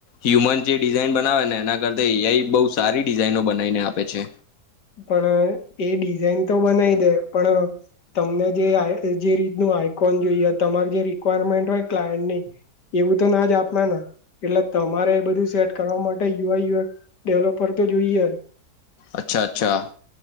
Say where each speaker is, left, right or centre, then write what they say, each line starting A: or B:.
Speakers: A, on the left (about 55°); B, on the left (about 80°).
A: હ્યુમન જે ડિઝાઇન બનાવે ને એના કરતા એ. આઈ. બહુ સારી ડિઝાઇનો બનાવીને આપે છે
B: પણ એ ડિઝાઇન તો બનાઈ તેમ પણ તમને જે રીતનું આઈકોન જોઈએ તમારે જે રિક્વાયરમેન્ટ હોય <unintelligible> એવું તો ના જ આપ ના. એટલે તમારે એ બધું સેટ કરવા માટે U. I. U. X. Developer તો જોઈએ જ.
A: અચ્છા અચ્છા